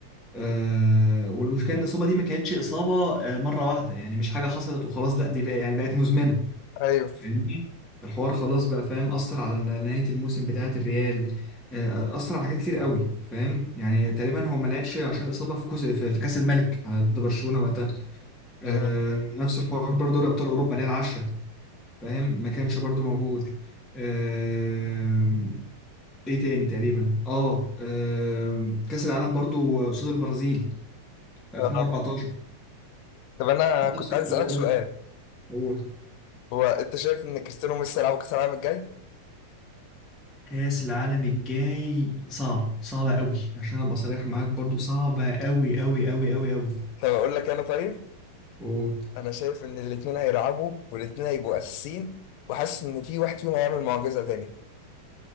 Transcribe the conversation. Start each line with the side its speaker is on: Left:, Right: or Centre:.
Centre: أه والمشكله ان الاصابه دي ما كانتش اصابه آه، مره واحده يعني مش حاجه حصلت وخلاص لا دي بقى يعني بقت مزمنه
Left: ايوه
Centre: فاهمني الحوار خلاص بقى فاهم أثر على ن- نهاية الموسم بتاعة الريال آه، أثر على حاجات كتير قوي فاهم يعني تقريبا هو ما لعبش عشان إصابة في كوس في في كأس الملك على ضد برشلونة وقتها
Left: مم.
Centre: آه، نفس الحوار برضه دوري أبطال أوروبا اللي هي العشرة فاهم ما كانش برضه موجود آه، إيه تاني تقريبا أه آه، كأس العالم برضه قصاد البرازيل في 2014
Left: آه. طب انا كنت
Centre: نفس الحوار
Left: عايز اسالك سؤال
Centre: برضه
Left: هو انت شايف ان كريستيانو ميسي هيلعب كاس العالم الجاي؟
Centre: كأس العالم الجاي صعب صعبة قوي عشان ابقى صريح معاك برضو صعبة قوي قوي قوي قوي قوي
Left: طب اقول لك انا طيب
Centre: و...
Left: انا شايف ان الاتنين هيلعبوا والاتنين هيبقوا اساسيين وحاسس ان في واحد فيهم هيعمل معجزه تاني